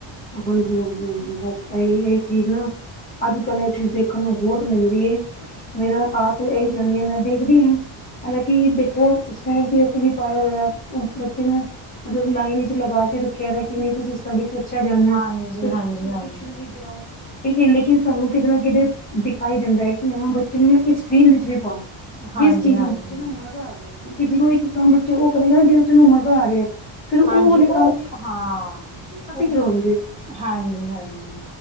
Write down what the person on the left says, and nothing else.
ਹਾਂਜੀ- ਹਾਂਜੀ -ਹਾਂਜੀ ਬਸ ਇਹੀ- ਇਹੀ ਚੀਜ਼ ਨਾ ਅੱਜ ਕੱਲ ਇਹ ਚੀਜ਼ ਦੇਖਣ ਨੂੰ ਬਹੁਤ ਮਿਲਦੀ ਏ ਮੇਰਾ ਆਪ ਇਹੀ ਚਾਹੁੰਦੀ ਹਾਂ ਮੈਂ ਦੇਖਦੀ ਹਾਂ ਹਲਾ ਕਿ ਦੇਖੋ ਉਸੇ ਵੀ ਏਸੇ ਪਾਇਆ ਹੋਇਆ ਬੱਚੇ ਨੇ ਮਤਲਬ ਲਾਈਨ ਵਿੱਚ ਲਗਾਕੇ ਰੱਖਿਆਦਾ ਕਿ ਨਹੀਂ ਤੁਸੀਂ ਸਟ‌੍ਡੀ'ਚ ਛ ਜਾਨਾ,
ਤੁਸ
ਤੁਸੀਂ
ਟਿਊਸ਼ਨ ਵੀ ਜਾਓ। ਠੀਕ ਹੈ, ਲੇਕਿਨ ਸਾਨੂੰ ਕਿਤੇ ਨਾ ਕਿਤੇ ਦਿਖਾਈ ਦਿੰਦਾ ਹੈ ਕਿ ਹਾਂ, ਬੱਚੇ ਨੂੰ ਨਾ ਇਸ ਫੀਲਡ ਵਿੱਚ ਵੀ ਪਾਵਾਂ।
ਜਿਸ ਚੀਜ਼
ਨੂੰ, ਵਿੱਚ ਨੂੰ ਮਜ਼ਾ ਆਵੇ ਕਿਉਂਕਿ ਜਦੋਂ ਇੱਕ ਕੰਮ ਬੱਚੇ ਉਹ ਕਰੇਗਾ ਜਿਹਦੇ ਵਿੱਚ ਉਹਨੂੰ ਮਜ਼ਾ ਆ ਰਿਹਾ ਹੈ ਫਿਰ ਉਹ
ਹੁਣੇ
ਕੰਮ
ਅਸੀਂ
ਕਰਵਾਉਂਦੇ